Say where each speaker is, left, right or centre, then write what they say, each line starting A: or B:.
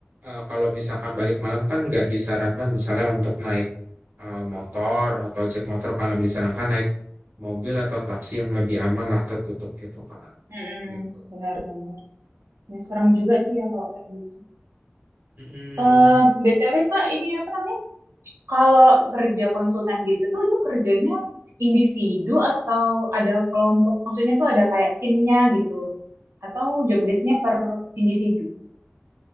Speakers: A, on the right; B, on the right.
A: eh, kalau misalkan balik malam kan nggak disarankan misalnya untuk naik eh, motor atau ojek motor kan lebih disarankan naik mobil atau taksi yang lebih aman lah tertutup gitu kan
B: Mm-mm,
A: gitu
B: benar-benar. Ya, serem juga sih ya kalau kayak gitu.
A: Mm-mm.
B: Eh, BTW Pak, ini apa namanya? Kalau kerja konsultan gitu tuh itu kerjanya individu atau ada kelompok? Maksudnya tuh ada kayak timnya gitu? Atau job desk-nya per individu?